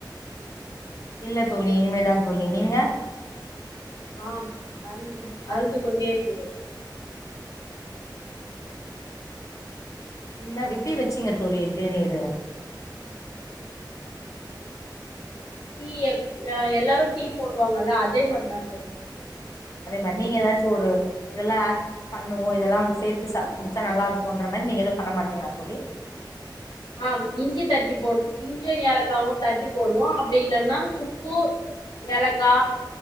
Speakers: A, on the left (about 45°); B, on the left (about 80°).
A: இல்ல தோழி இனிமேதா தோழி நீங்க
B: ஆம் அருந்துவிட் அருந்து கொண்டே இருக்கிறேன்
A: இன்ன விப்பி வச்சீங்க தோழி தேனீரு
B: டீ எ எல்லாரும் டீ போடுவாங்கல்ல அதே மாரிதா தோழி
A: அதே மாரி நீங்க ஏதாச்சு ஒரு இதெல்லா ஆட் பண்ணுவோ இதெல்லா வந்து சேர்த்து ச குடிச்சா நல்லாருக்குன்ற மாரி நீங்க எதுவு பண்ண மாட்டீங்களா தோழி
B: ஆம் இஞ்சி தட்டி போட் இஞ்சியு ஏலக்காகவு தட்டி போடுவோ அப்டி இல்லன்னா சுக்கு ஏலக்கா